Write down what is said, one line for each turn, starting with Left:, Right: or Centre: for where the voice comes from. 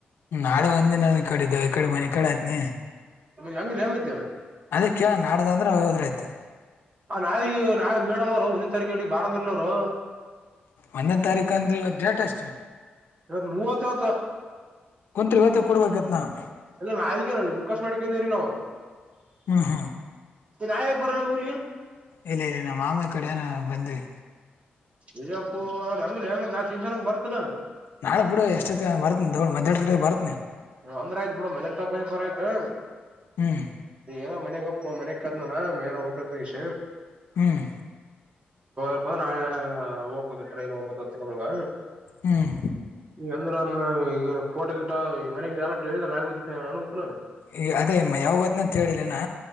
Left: ನಾಳೆ ಒಂದಿನ ನ ಈ ಕಡೆಿದ್ದ ಈ ಕಡೆ ಮನೆ ಕಡೆ ಆಯತನ
Right: ಹೆಂಗ ಲೇಮೈತಿ
Left: ಅದೇ ಕೇಳ ನಾಡ್ದಂದ್ರೆ ಅವ ಹೋದ್ರ ಆಯ್ತು
Right: ನಾವಿ ನಾವ್ ಮೇಡಮ್ ಅವರು ಒಂದಿನ ತಾರೀಕುಿಗೆ ಬಾರಂದರ್ಲ ಅವರು
Left: ಒಂದನೇ ತಾರೀಕು ಅಂದ್ರೆ ಇವತ್ತು ಡೇಟ್ ಅಷ್ಟು
Right: ಇವತ್ ಮೂವತ್ತಾವತ್ತ
Left: ಕುಂತ್ರಿ ಇವತ್ತೇ ಕೊಡ್ಬೇಕತ್ ನಾವು
Right: ಅಲ್ಲ ನಾ ರಿಕ್ವೆಸ್ಟ್ ಮಾಡಿಕೊಂಡವ್ರಿ ನಾವು
Left: ಹ್ಮ್ ಹ್ಮ್
Right: ನಾಯಕ ಬರೋಲ್ಲ ಊಗ
Left: ಇಲ್ಲ ಇಲ್ಲಿ ನಮ್ಮ ಮಾಮ ಕಡೆ ನ ಬಂದ್ವಿ
Right: ಇ್ಯಪ್ಪು ಅ ಹಂಗ್ಲಿ ಹೆಮ್ಮ ನಾನ್ ಜನಂಗ ಬರ್ತ
Left: ನಾಳೆುಡ ಎಷ್ಟತ್ತ ಬತನ ತಗು ಮ್ಯಾ ಬರ್ತನಿ
Right: ಅಂದ್ರ ಆಯ್ತ್ ಬಿಡ ಮಜ ತಕ್ ಮಜಾಪರ ಆಯ್ತು
Left: ಹ್ಮ್
Right: ನ ಮನೆ ಮನೆ ಕತ್ತಾನನ ಉಂಟಷ
Left: ಹ್ಮ್
Right: ಇಪ ನಾೆ ೋಗಂಜು ಟ್ರೈನ್ ಒಂಬತ್ತು ಅತ್ತುಕಮಂಗ
Left: ಹ್ಮ್
Right: ಈಗ ಅಂದ್ರ ಈ ೋಟೋ ಗಿಟ ಈ ಮನೆಗೆ ಎಲ್ಲ ಆಗ ಅನ್ಬೇಕಕ್
Left: ಈ ಅದೇಮ್ಮ ಯಾವಾಗತ್ನಂತ ಹೇಳಿಲ್ಲೇನಾ